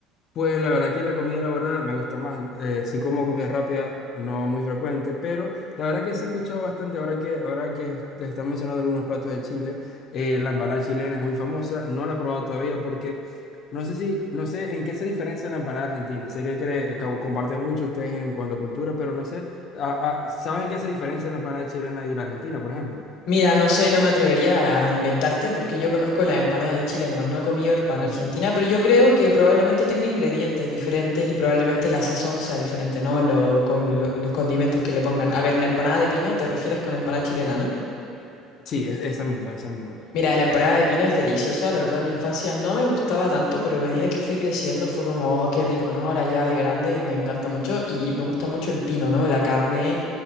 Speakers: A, on the left (about 35°); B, on the left (about 65°).
A: Pues la verdad que la comida elaborada me gusta más. Eh, sí como comida rápida, no muy frecuente, pero la verdad que sí he escuchado bastante ahora que, ahora que te están mencionando algunos platos de Chile. eh, la empanada chilena es muy famosa. No la he probado todavía porque no sé si, no sé en qué se diferencia la empanada argentina. Sé que cree, co- comparten mucho ustedes en cuanto a cultura, pero no sé. ah, ah, ¿saben en qué se diferencia la empanada chilena y la argentina, por ejemplo?
B: Mira, no sé, no me atrevería a inventarte porque yo conozco la empanada de Chile, nomás no he comido empanada
A: Ujú,
B: argentina, pero yo creo que probablemente tenga ingredientes diferentes y probablemente la sazón sea diferente, ¿no? Lo- con lo- los condimentos que le pongan. A ver, la empanada de pino, te refieres con empanada chilena, ¿no?
A: Sí, es- esa misma, esa misma.
B: Mira, la empanada de pino es deliciosa, la verdad en mi infancia no me gustaba tanto, pero a medida que fui creciendo fue como, oh, qué rico, ¿no? Ahora ya de grande me encanta mucho y me gusta mucho el pino, ¿no? La carne,